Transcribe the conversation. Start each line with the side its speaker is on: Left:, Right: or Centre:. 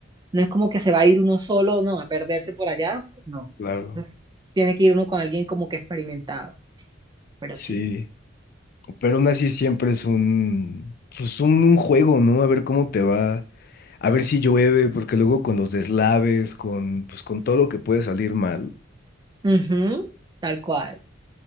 Right: No es como que se va a ir uno solo, no, a perderse por allá, pues no.
Left: claro,
Right: Entonces, tiene que ir uno con alguien como que experimentado, pero
Left: sí,
Right: sí.
Left: pero aún así siempre es un, pues un, un juego, ¿no? A ver cómo te va, a ver si llueve, porque luego con los deslaves, con, pues con todo lo que puede salir mal,
Right: Ujú, tal cual,